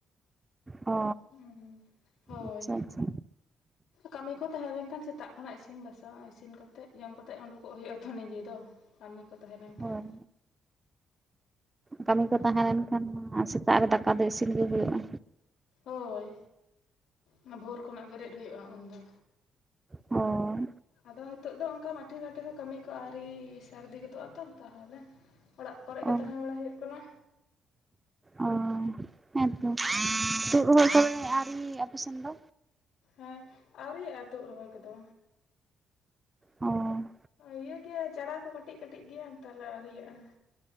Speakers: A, on the right; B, on the left.
A: ᱚ
B: ᱮᱸ ᱦᱳᱭ᱾
A: ᱟᱪᱪᱷᱟ ᱟᱪᱪᱷᱟ
B: ᱠᱟᱹᱢᱤ ᱠᱚ ᱛᱟᱦᱮᱸ ᱞᱮᱱ ᱠᱷᱟᱱ ᱥᱮᱛᱟᱜ ᱠᱷᱚᱱᱟᱜ ᱤᱥᱤᱱ ᱵᱟᱥᱟᱝ ᱤᱥᱤᱱ ᱠᱟᱛᱮᱫ ᱡᱚᱢ ᱠᱟᱛᱮᱜ ᱩᱸᱰᱩᱠᱚᱜ ᱦᱩᱭᱩᱜᱼᱟ ᱛᱚ ᱱᱤᱡᱮ ᱫᱚ᱾ ᱠᱟᱹᱢᱤ ᱠᱚ ᱛᱟᱦᱮᱸ ᱞᱮᱱᱠᱷᱟᱱ᱾
A: ᱦᱳᱭ ᱠᱟᱹᱢᱤ
B: ᱦᱩᱸ
A: ᱠᱚ ᱛᱟᱦᱮ ᱞᱮᱱ ᱠᱷᱟᱱ ᱢᱟ ᱥᱮᱛᱟᱜ ᱨᱮ ᱫᱟᱠᱟ ᱫᱚ ᱤᱥᱤᱱ ᱜᱮ ᱦᱩᱭᱩᱜᱼᱟ᱾
B: ᱦᱳᱭ ᱚᱱᱟ ᱵᱷᱳᱨ ᱠᱷᱚᱱᱟᱜ ᱵᱮᱨᱮᱫ ᱦᱩᱭᱩᱜᱼᱟ ᱩᱱᱫᱚ᱾
A: ᱦᱚᱭ᱾
B: ᱟᱫᱚ ᱱᱤᱛᱚᱜ ᱫᱚ ᱚᱱᱠᱟ ᱢᱟᱴᱷᱮ ᱜᱷᱟᱴᱮ ᱦᱚᱸ ᱠᱟᱹᱢᱤ ᱠᱚ ᱟᱹᱣᱨᱤ ᱥᱟᱨᱫᱤ ᱜᱚᱫᱚᱜᱼᱟ ᱛᱚ ᱛᱟᱦᱚᱞᱮ ᱚᱲᱟᱜ ᱠᱚᱨᱮ ᱜᱮ
A: ᱚ
B: ᱛᱟᱦᱮᱸ ᱵᱟᱲᱟ ᱦᱩᱭᱩᱜ ᱠᱟᱱᱟ᱾
A: ᱚ ᱦᱮᱸᱛᱚ
B: ᱦᱳᱭ
A: ᱛᱩᱫ <unintelligible> ᱨᱚᱦᱚᱭ ᱠᱚᱫᱚ ᱟᱹᱣᱨᱤ ᱟᱯᱮ ᱥᱮᱱ ᱫᱚ?
B: ᱦᱮᱸ ᱟᱹᱣᱨᱤᱭᱟᱜᱼᱟ ᱛᱩᱫ ᱨᱚᱦᱚᱭ ᱠᱚᱫᱚ᱾
A: ᱚᱸᱻ
B: ᱤᱭᱟᱹ ᱜᱮᱭᱟ ᱪᱟᱨᱟ ᱠᱚ ᱠᱟᱹᱴᱤᱡ ᱠᱟᱹᱴᱤᱡ ᱜᱮᱭᱟ ᱛᱟᱦᱚᱞᱮ ᱟᱹᱣᱨᱤᱭᱟᱜᱼᱟ᱾